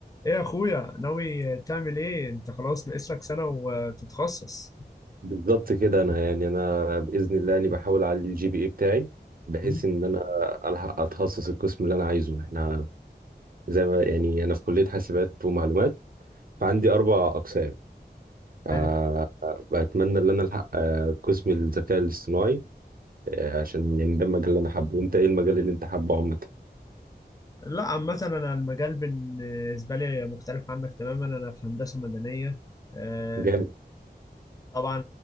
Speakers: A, on the left; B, on the right.
A: ايه يا اخويا ناوي تعمل ايه انت خلاص ناقص لك سنة وتتخصص
B: بالظبط كده انا يعني انا باذن الله اني بحاول اعلي الجي بي اي بتاعي بحيث
A: مم.
B: ان انا الحق اتخصص القسم اللي انا عايزه احنا زي ما يعني انا في كليه حاسبات ومعلومات فعندي اربع اقسام
A: تمام
B: فبتمنى ان انا الحق آه، قسم الذكاء الاصطناعي آه، عشان يعني ده المجال اللي انا حابه وانت ايه المجال اللي انت حابه عامه
A: لا عامة انا المجال بالنسبة لي مختلف عنك تماما انا في هندسة مدنية آه،
B: جامد
A: طبعا